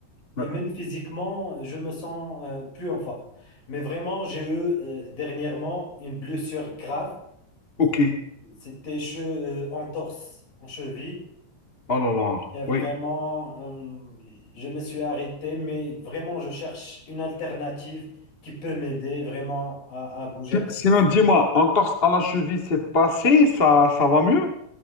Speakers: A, on the left; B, on the left.
A: Et
B: Ouais.
A: même physiquement, je me sens euh, plus en forme. Mais vraiment, j'ai eu euh, dernièrement une blessure grave.
B: Ok.
A: C'était che- euh, entorse en cheville.
B: Oh là là.
A: Et vraiment,
B: Oui.
A: hum, je me suis arrêté, mais vraiment, je cherche une alternative qui peut m'aider vraiment à, à bouger un
B: Si-
A: petit
B: Sinon,
A: peu.
B: dis-moi, entorse à la cheville, c'est passé? Ça, ça va mieux?